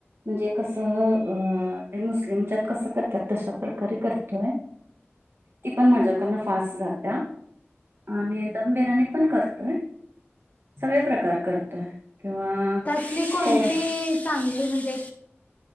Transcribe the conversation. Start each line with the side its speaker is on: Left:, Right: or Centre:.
Right: म्हणजे कसं ते मुस्लिमच्यात कसं करतात तशात कार करतोय ती पण माझ्याकड फास्ट जात आणि दम बिर्याणी पण करतोय सगळे प्रकार करतोय किंवा
Left: त्यातली कोणती
Right: कोय
Left: चांगली म्हणजे